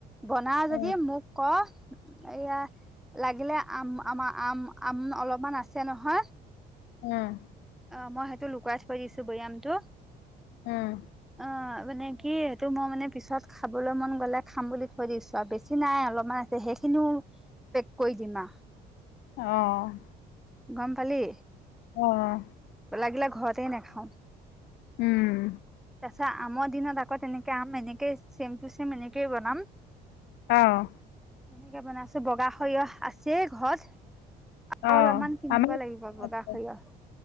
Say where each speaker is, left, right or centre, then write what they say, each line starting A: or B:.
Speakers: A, in the centre; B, on the left (about 80°).
A: বনাও যদি
B: উম
A: মোক কৰ। এয়া লাগিলে আম আমাৰ আম আম অলপমান আছে নহয়।
B: উম।
A: অ' মই সেইটো লুকুৱাই থৈ দিছোঁ বৈয়ামটো।
B: উম।
A: অ' মানে কি এইটো মই মানে পিছত খাবলৈ মন গ'লে খাম বুলি থৈ দিছোঁ আৰু বেছি নাই অলপমান হেইখিনিও পেক কৰি দিম আ।
B: অ'
A: গ'ম পালি।
B: অ'
A: লাগিলে ঘৰতেই নাখাওঁ।
B: উম।
A: তাৰপাছত আমৰ দিনত আকৌ তেনেকে আম এনেকে চেম টু চেম এনেকেয় বনাম।
B: অ'
A: তেনেকে বনাইছোঁ বগা সৰিয়হ আছেই ঘৰত। আৰু
B: অ
A: অলপমান কিনিব
B: আমাৰ
A: লাগিব বগা
B: আছে
A: সৰিয়হ।